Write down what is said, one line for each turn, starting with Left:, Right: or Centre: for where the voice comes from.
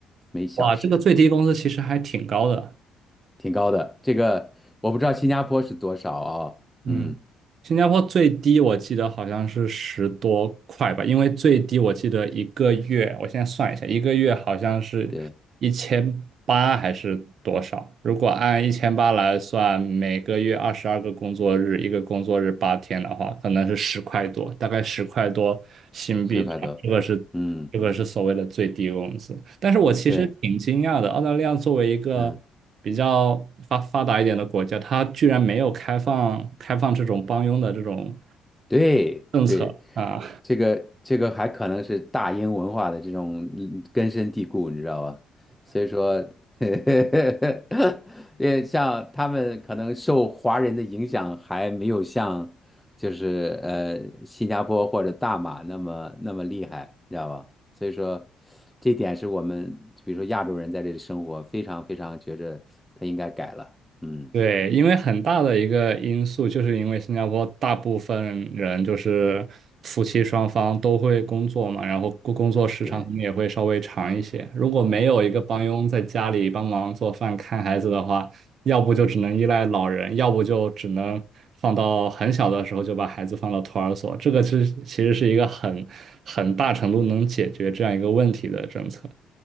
Centre: 每小时，
Right: 哇，这个最低工资其实还挺高的。
Centre: 挺高的。这个我不知道新加坡是多少啊、
Right: 嗯，
Centre: 嗯，
Right: 新加坡最低我记得好像是十多块吧，因为最低我记得一个月，我现在算一下，一个月好像是一千八还是多少？
Centre: 对，
Right: 如果按一千八来算，每个月二十二个工作日，一个工作日八天的话，可能是十块多，大概十块多新币这样这个是这个是所谓的最低工资。
Centre: 四块多。嗯，
Right: 但是我其实挺惊讶的，
Centre: 对，
Right: 澳大利亚作为一个比较发发达一点的国家，
Centre: 嗯。
Right: 它居然没有开放开放这种帮佣的这种
Centre: 对对，
Right: 政策啊，
Centre: 这个这个还可能是大英文化的这种嗯根深蒂固，你知道吧？所以说，<laughs> 因为像他们可能受华人的影响还没有像就是呃新加坡或者大马那么那么厉害，你知道吧？所以说，这点是我们比如说亚洲人在这里生活，非常非常觉着他应该改了。嗯，
Right: 对，因为很大的一个因素，就是因为新加坡大部分人就是夫妻双方都会工作嘛，然后工工作时长可能也会稍微长一些。
Centre: 对。
Right: 如果没有一个帮佣在家里帮忙做饭、
Centre: 嗯
Right: 看孩子的话，要不就只能依赖老人，要不就只能放到很小的时候就把孩子放到托儿所。这个是其实是一个很很大程度能解决这样一个问题的政策，